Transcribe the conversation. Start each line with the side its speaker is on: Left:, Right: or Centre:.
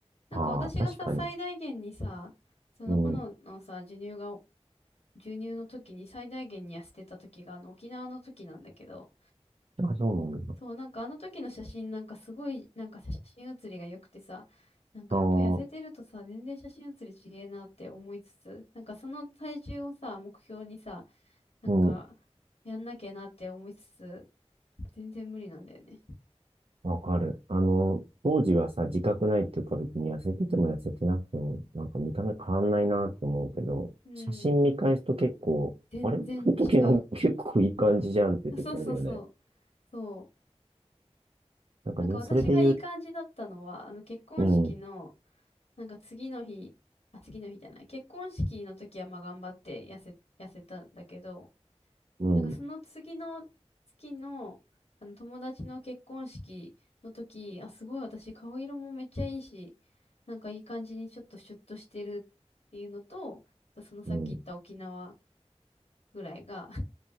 Left: なんか私がさ、
Right: ああ、確かに。
Left: 最大限にさ、その炎のさ、
Right: うん、
Left: 授乳が、授乳の時に最大限に痩せてた時があの沖縄の時なんだけど、
Right: あ、そうなんだ。
Left: そう、なんかあの時の写真なんかすごい、なんか写真写りが良くてさ、なんかやっぱり痩せてるとさ、
Right: ああ、
Left: 全然写真写りちげえなって思いつつ、なんかその体重をさ、目標にさ、なんかやんなきゃなって思いつつ、
Right: うん。
Left: 全然無理なんだよね。
Right: わかる。あの、当時はさ、自覚ないっていうか別に痩せてても痩せてなくても、なんか見た目変わんないなって思うけど、
Left: うん。
Right: 写真見返すと結構、
Left: 全然違う。
Right: あれこの時の結構いい感じじゃんっていう時あるよね。
Left: あそうそうそう。そう。
Right: なんかね、
Left: なんか私がいい感じだったのは、
Right: それで言う、
Left: あの結婚式の、
Right: うん、
Left: なんか次の日、あ、次の日じゃない。結婚式の時はまあ頑張って痩せ、痩せたんだけど、
Right: うん、
Left: なんかその次の月の、あの友達の結婚式の時、あ、すごい私顔色もめっちゃいいし、なんかいい感じにちょっとシュッとしてるっていうのと、あとそのさっき言った沖縄
Right: うん、
Left: ぐらいが <laughs>